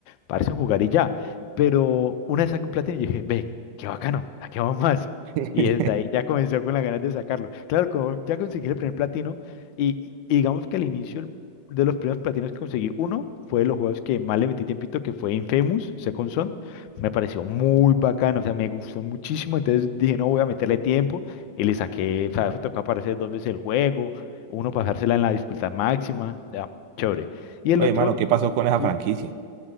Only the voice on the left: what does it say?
parece jugar y ya. Pero una vez saqué un platino y dije, ve, qué bacano, saquemos más.
Y desde ahí ya comenzó con las ganas de sacarlo. Claro, como ya conseguí el primer platino y, y- y digamos que al inicio el- de los primeros platinos que conseguí, uno fue de los juegos que más le metí tiempito, que fue Infamous, Second Son. Me pareció muy bacano, o sea, me gustó muchísimo. Entonces dije, no, voy a meterle tiempo y le saqué, o sea, fue tocar aparecer dos veces el juego. Uno pasársela en la dificultad máxima, ya, chévere. Y el
otro,
Sí.